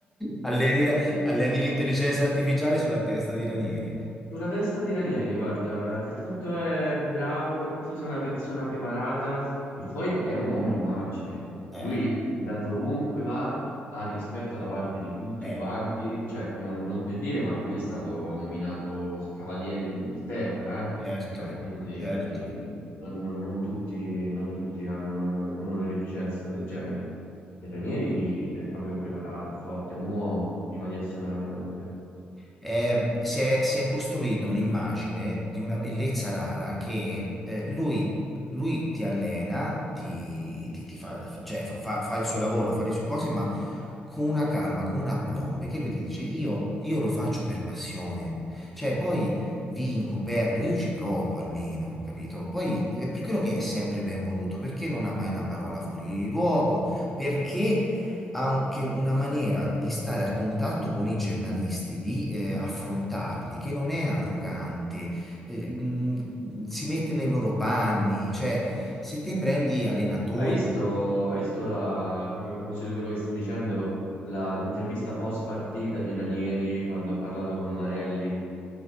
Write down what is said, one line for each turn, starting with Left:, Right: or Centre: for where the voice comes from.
Centre: Alleni la- alleni l'intelligenza artificiale sulla testa di Ranieri.
Left: Sulla testa di Ranieri, guarda, eh, per quanto è bravo, per quanto sia una persona preparata, e poi è un uomo immagine.
Centre: Eh,
Left: Lui da dovunque va ha rispetto da parte di tutti
Centre: Eh,
Left: quanti, cioè non, non per dire, ma lui è stato nominato Cavaliere d'Inghilterra, eh.
Centre: certo,
Left: Cioè, quindi
Centre: certo.
Left: non, non- non tutti, non tutti hanno un- un'onorificenza del genere. E Ranieri è proprio preparato, è forte, è un uomo prima di essere un allenatore.
Centre: Eh, si è, si è costruito un'immagine di una bellezza rara che eh, lui, lui ti allena, ti, ti- ti fa, cioè, fa, fa- fa il suo lavoro, fa le sue cose, ma con una calma, con un aplomb, che lui ti dice io, io lo faccio per passione, cioè poi vinco, perdo, io ci provo almeno, capito? Poi è per quello che è sempre ben voluto, perché non ha mai una parola fuori luogo, perché ha anche una maniera di stare a contatto con i giornalisti, di eh, affrontarli, che non è arrogante, eh, mh, si mette nei loro panni, cioè se te prendi allenatori...
Left: Hai visto, hai visto la, proprio a proposito di quello che stai dicendo, la- l'intervista post partita di Ranieri quando ha parlato con Marelli